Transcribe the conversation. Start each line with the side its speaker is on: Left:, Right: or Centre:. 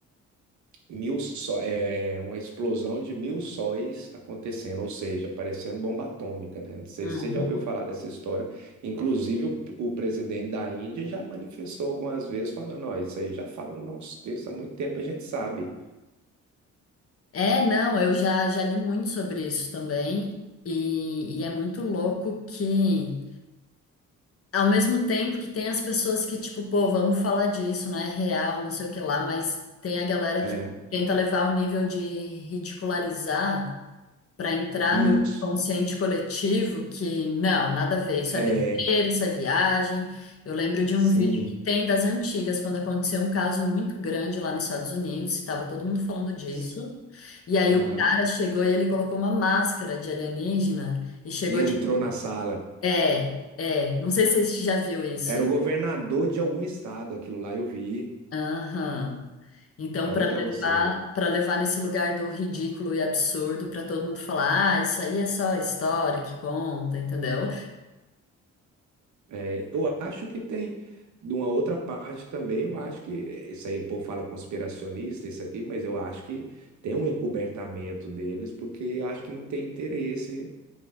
Right: mil só, é, uma explosão de mil sóis acontecendo, ou seja, parecendo bomba atômica, né? Não sei
Left: Uhum.
Right: se você já ouviu falar dessa história. Inclusive, o, o presidente da Índia já manifestou algumas vezes, falando: Ó, isso aí já fala no nosso texto há muito tempo, a gente sabe.
Left: É, não, eu já, já li muito sobre isso também, e, e é muito louco que, ao mesmo tempo que tem as pessoas que, tipo, pô, vamos falar disso, né? É Real, não sei o que lá, mas tem a galera que
Right: É,
Left: tenta levar o nível de ridicularizar. para entrar
Right: isso.
Left: no consciente coletivo que não, nada a ver, isso
Right: É,
Left: é besteira, isso é viagem. Eu lembro de
Right: Sim.
Left: um vídeo que tem das antigas, quando aconteceu um caso muito grande lá nos Estados Unidos, estava todo mundo falando disso.
Right: S-
Left: E aí
Right: Aham.
Left: o cara chegou e ele colocou uma máscara de alienígena e chegou
Right: E
Left: tipo,
Right: entrou na sala.
Left: é, é, não sei se você já viu isso.
Right: Era o governador de algum estado, aquilo lá eu vi.
Left: Aham. Então,
Right: Olha
Left: para levar,
Right: para você ver.
Left: para levar nesse lugar do ridículo e absurdo, para todo mundo falar, ah, isso aí é só história que conta, entendeu?
Right: É, eu acho que tem, de uma outra parte também, eu acho que, isso aí o povo fala conspiracionista, isso aqui, mas eu acho que tem um encobertamento deles, porque acho que não tem interesse